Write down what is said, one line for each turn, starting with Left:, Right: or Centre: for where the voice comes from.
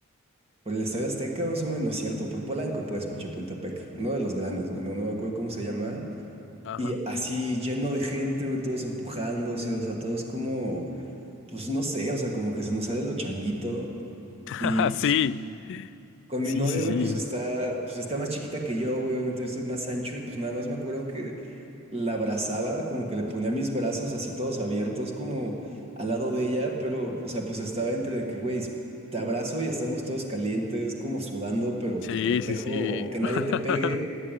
Right: Por el Estadio Azteca, más o menos, no es cierto, por Polanco, pues, por Chapultepec, uno de los grandes, güey, no, no me acuerdo cómo se llama,
Left: Ajá.
Right: y así lleno de gente, güey, todos empujándose, o sea, todos como, pues, no sé, o sea, como que se nos sale lo changuito.
Left: <laughs>
Right: Y pues
Left: Sí,
Right: Con
Left: sí,
Right: mi novia,
Left: sí, sí.
Right: güey, pues está, pues está más chiquita que yo, güey. Obviamente yo soy más ancho y pues nada más me acuerdo que la abrazaba, como que le ponía mis brazos así todos abiertos, como al lado de ella, pero, o sea, pues estaba entre de que, güey, te abrazo y estamos todos calientes, como sudando, pero
Left: Sí,
Right: te protejo
Left: sí, sí.
Right: o que nadie
Left: <laughs>
Right: te pegue,